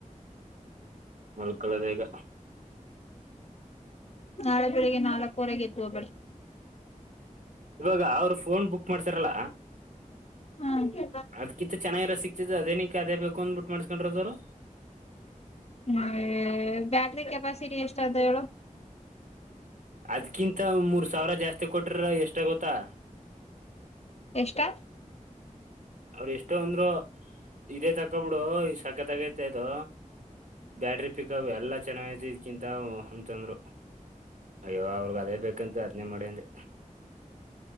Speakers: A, on the right; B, on the left.
A: ಮಾಳ್ಕೋಳೋದೆ ಈಗ
B: ನಾಳೆ ಬೆಳಿಗ್ಗೆ ನಾಲ್ಕವರೆಗೆ ಎದ್ದು ಹೋಗೋದು.
A: ಬ್ರೋ ಇವಾಗ ಅವರು ಫೋನ್ ಬುಕ್ ಮಾಡಿಸ್ಯರಲಾ.
B: ಹ್ಮ
A: ಅದಕಿಂತ ಚೆನ್ನಾಗಿರೋ ಸಿಕ್ತಿದ ಅದೇನಕ್ ಅದೇ ಬೇಕು ಅಂದ ಬಿಟ್ಟು ಮಾಡಿಸ್ಕೊಂಡಿರೋದು ಅವ್ರು.
B: ಹ್ಮ ಬ್ಯಾಟ್ರಿ ಕೆಪಾಸಿಟಿ ಎಷ್ಟ ಅದೇ ಹೇಳು.
A: ಅದ್ಕಿಂತ ಮೂರ್ ಸಾವಿರ ಜಾಸ್ತಿ ಕೊಟ್ರ ಎಷ್ಟ ಆಗೋತ್ತಾ.
B: ಎಷ್ಟಾ.
A: ಅವರು ಎಷ್ಟೋ ಅಂದ್ರು ಇದೇ ತಕೊಬಿಡು ಈ ಸಕತ್ಗೈತ ಇದು. ಬ್ಯಾಟ್ರಿ ಪಿಕಪ್ ಎಲ್ಲಾ ಚೆನ್ನಾಗೈತಿ ಇದ್ಕಿಂತ ಅಂತಂದ್ರು. ಅಯ್ಯೋ ಅವ್ರಗ್ ಅದೇ ಬೇಕಂತ ಅದನೇ ಮಾಡಿ ಅಂದೇ.